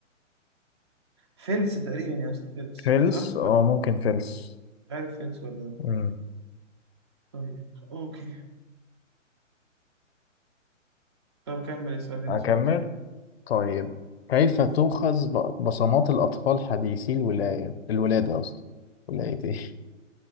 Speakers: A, on the right; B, on the left.
A: فلس تقريبا يا اسطى فلس
B: فلس
A: صح؟
B: اه
A: ولا
B: ممكن
A: مش
B: فلس
A: عارف فلس ولا
B: مم.
A: طيب اوكي طب كمل اسأل لنا
B: اكمل
A: سؤال تاني
B: طيب كيف تؤخذ ب- بصمات الأطفال حديثي الولاية الولادة قصدي ولاية إيه؟